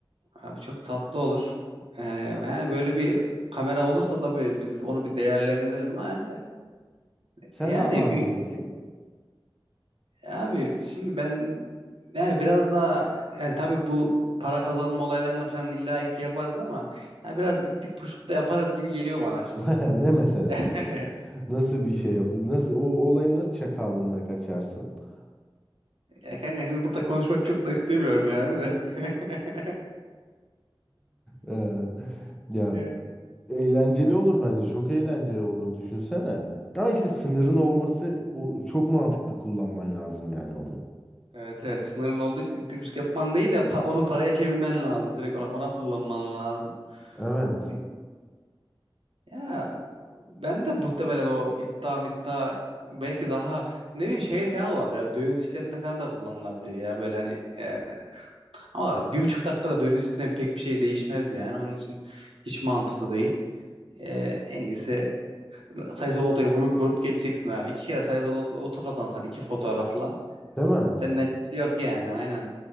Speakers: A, on the right; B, in the centre.
A: Abi çok tatlı olur. Ee, yani böyle bir kamera olursa tabii biz onu bir değerlendirelim yani de.
B: Sen
A: Yani
B: ne yaparsın
A: bir
B: peki?
A: abi şimdi ben yani biraz daha yani tabii bu para kazanma olaylarına falan illa ki yaparız ama yani biraz itlik puşluk da yaparız gibi geliyor bana şimdi.
B: <laughs> Ne mesela
A: <laughs>
B: işte? Nasıl bir şey yap? Nasıl o olayın nasıl çakallığına kaçarsın? <laughs>
A: Ya kanka şimdi burada konuşmak çok da istemiyorum yani de. <laughs>
B: Ee, ya
A: Ya,
B: eğlenceli olur bence. Çok eğlenceli olur düşünsene. Ama işte sınırın
A: sın-
B: olması o çok mantıklı kullanman lazım yani onu.
A: Evet evet sınırın olduğu için itlik puşluk yapman değil de pa- onu paraya çevirmen lazım. Direkt ona, ona kullanman lazım.
B: Evet.
A: Abi. Ya ben de muhtemelen o iddia middia belki daha ne bileyim şey falan olabilir. Abi, Döviz işlerinde falan da kullanılabilir ya böyle hani e, ama bir buçuk dakikada döviz içinden pek bir şey değişmez yani onun için hiç mantıklı değil. E, en iyisi sayısal lotoyu vurup, vurup geçeceksin abi. İki kere sayısal lot- loto kazansan iki fotoğrafla
B: Değil mi?
A: senden iyisi yok yani aynen.